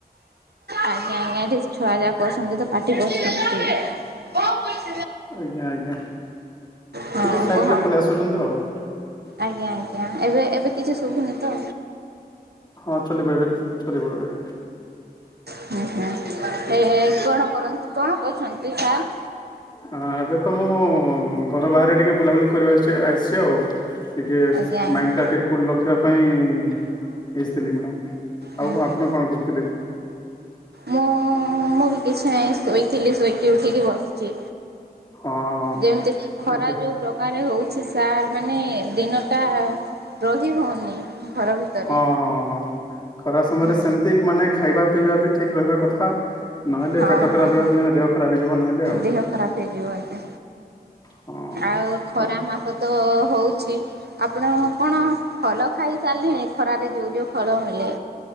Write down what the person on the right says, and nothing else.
ଆଜ୍ଞା ଆଜ୍ଞାଠିକ ଛୁଆ ଯା କରଛନ୍ତି ତ ପାଟିିବ। <unintelligible>
ହଁ
କୁହ।
ଆଜ୍ଞା ଆଜ୍ଞା ଏବେ ଏବେ କିଛି ଶୁଭୁନି ତ
ହୁଁ ହୁଁ ଏ କଣ କର କଣ କରୁଛନ୍ତି ସାର୍?
ଆଜ୍ଞା ଆଜ୍ଞା
ହୁଁ
ହୁଁ
ମୁଁ ମୁଁ କିଛି ନାହିଁ ଶୋଇଥିଲି ଶୋଇକି ଉଠିକି ବସିଛି।
ଯେମିତି ଖରା
ଯୋଉ ପ୍ରକାରେ ହଉଛି ସାର୍ ମାନେ ଦିନଟା। ରହି ହଉନି। ଘର ଭିତରେ
ହୁଁ
ହଁ
ହଁ
ହଁ
ଦେହ ଖରାପ ହେଇଯିବ ଆତେ
ଆଉ ଖରା
ମାସ ତ ହଉଛି ଆପଣ କଣ ଭଲ ଖାଇ ଚାଲିଣି ଖରାରେ ଯେଉଁ ଯେଉଁ ଫଳ ମିଳେ